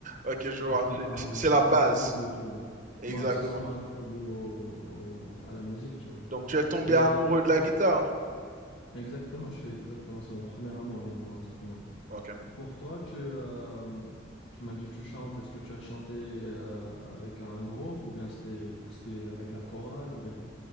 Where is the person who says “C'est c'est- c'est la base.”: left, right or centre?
Right